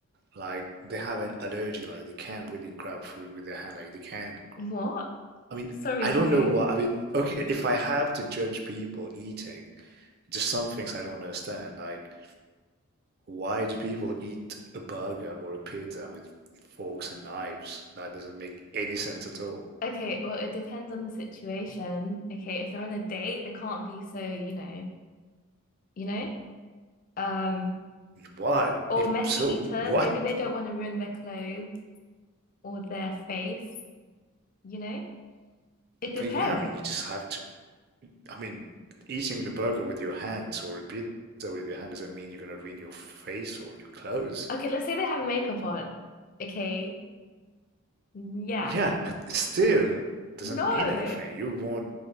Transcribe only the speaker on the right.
like they have an allergy, like they can't really grab food with their hand. Like they can't.
I mean,
I
don't know what. I mean, okay, if I have to judge people eating, just some things I don't understand. Like, why do people eat a burger or a pizza with forks and knives? That doesn't make any sense at all.
What?
If
so,
what
But yeah, I mean, you just have to. I mean, eating a burger with your hands or a pizza with your hand doesn't mean you're gonna ruin your face or your clothes.
Yeah, it still doesn't
mean anything. You won't.